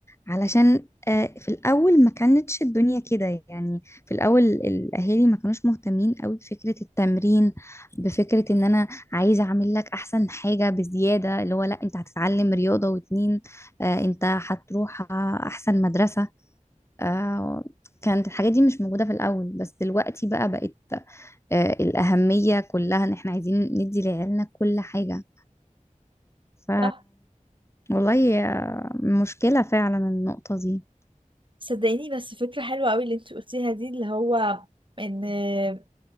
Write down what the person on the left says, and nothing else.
علشان آه، في الأول ما كانتش الدنيا كده يعني في الأول الأهالي ما كانوش مهتمين قوي بفكرة التمرين بفكرة إن أنا عايزة أعمل لك أحسن حاجة بزيادة اللي هو لا أنت هتتعلم رياضة واتنين آه، أنت هتروح آه، أحسن مدرسة آه، كانت الحاجات دي مش موجودة في الأول بس دلوقتي بقى بقت آه، الأهمية كلها إن إحنا عايزين ندي لعيالنا كل حاجة ف
والله آه، مشكلة فعلا النقطة دي